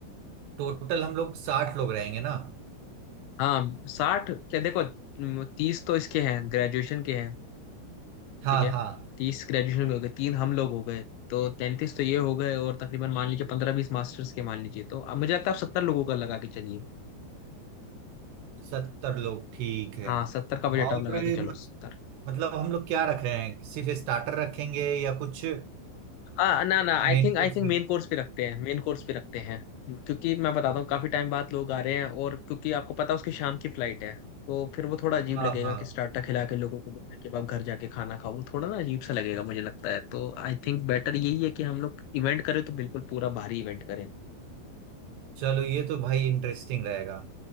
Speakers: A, on the right; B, on the left.
A: टोटल हम लोग साठ लोग रहेंगे ना
B: हाँ साठ क्या देखो तीस तो इसके हैं ग्रेजुएशन के हैं
A: हाँ
B: ठीक है
A: हाँ
B: तीस ग्रेजुएशन के हो गए तीन हम लोग हो गए तो तैंतीस तो ये हो गए और तकरीबन मान लीजिए पंद्रह बीस मास्टर्स के मान लीजिए तो अब मुझे लगता है आप सत्तर लोगों का लगा के चलिए
A: सत्तर लोग ठीक है
B: हाँ सत्तर का बजट
A: और
B: आप लगा के चलो
A: मत,
B: सत्तर
A: मतलब हम लोग क्या रख रहे हैं सिर्फ स्टार्टर रखेंगे या कुछ
B: आ, ना ना आई
A: मेन
B: थिंक
A: कोर्स
B: आई थिंक
A: भी
B: मेन कोर्स पे रखते हैं मेन कोर्स पे रखते हैं क्योंकि मैं बताता हूँ काफी टाइम बाद लोग आ रहे हैं और क्योंकि आपको पता है उसकी शाम की फ्लाइट है तो फिर वो थोड़ा अजीब
A: हाँ
B: लगेगा
A: हाँ
B: कि स्टार्टर खिला के लोगों को बोलने के बाद घर जाके खाना खाओ वो थोड़ा ना अजीब सा लगेगा मुझे लगता है तो आई थिंक बेटर यही है कि हम लोग इवेंट करें तो बिल्कुल पूरा भारी इवेंट करें
A: चलो ये तो भाई इंटरेस्टिंग रहेगा